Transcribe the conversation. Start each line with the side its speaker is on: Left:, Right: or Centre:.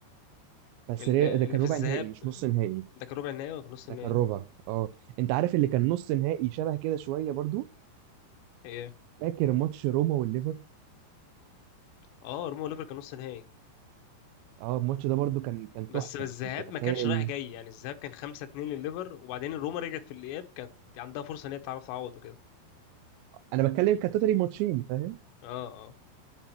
Right: بس
Left: اللي,
Right: ري- ده
Left: اللي
Right: كان
Left: في
Right: ربع
Left: الذهاب
Right: نهائي مش نص نهائي
Left: ده كان ربع النهائي ولا كان نص
Right: ده
Left: النهائي
Right: كان ربع اه انت عارف اللي كان نص نهائي شبه كده شويه برضو
Left: ايه
Right: فاكر ماتش روما والليفر
Left: اه روما وليفر كان نص نهائي
Right: اه الماتش ده برضو كان كان
Left: بس
Right: تحفه
Left: الذهاب
Right: انت تخيل
Left: ما كانش رايح جاي يعني الذهاب كان 5 2 لليفر وبعدين روما رجعت في الاياب كانت عندها فرصه ان هي تعرف تعوض وكده
Right: انا بتكلم كتوتالي ماتشين فاهم
Left: اه اه